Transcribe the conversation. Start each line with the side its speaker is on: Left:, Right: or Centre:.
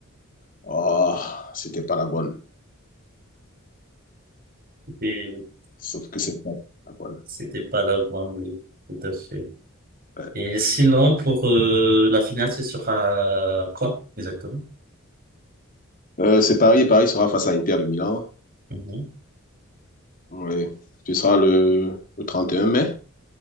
Left: oh, c'était pas la bonne.
Right: Et
Left: Sauf que c'est pas la bonne.
Right: c'était pas là avant, oui, tout à fait.
Left: Ouais.
Right: Et sinon, pour euh, la finale, ce sera quand exactement?
Left: Euh, c'est Paris. Paris sera face à Inter de Milan.
Right: Mhm.
Left: Ouais. Ce sera le, le 31 mai.